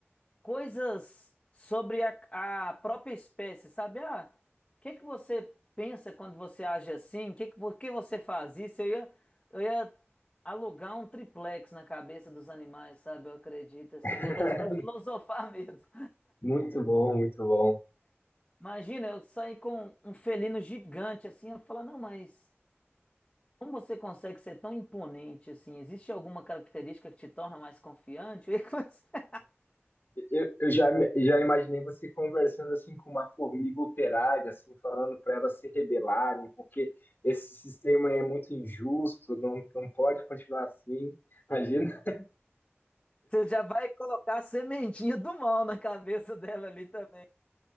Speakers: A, on the left; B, on the left.
A: coisas sobre a, a própria espécie, sabe? Ah, o que que você pensa quando você age assim? O Que que, por que você faz isso? Eu ia, eu ia alugar um triplex na cabeça dos animais, sabe? Eu acredito, assim,
B: <laughs>
A: botar eles para filosofar <laughs> mesmo.
B: Muito bom, muito bom.
A: Imagina eu sair com um felino gigante assim, eu falar, não, mas. Como você consegue ser tão imponente assim? Existe alguma característica que te torna mais confiante? <laughs>
B: Eu, eu já, já imaginei você conversando assim com uma formiga operária, assim, falando para elas se rebelarem, porque esse sistema é muito injusto, não, não pode continuar assim. <laughs> Imagina,
A: Você já vai colocar a sementinha do mal na cabeça dela ali também.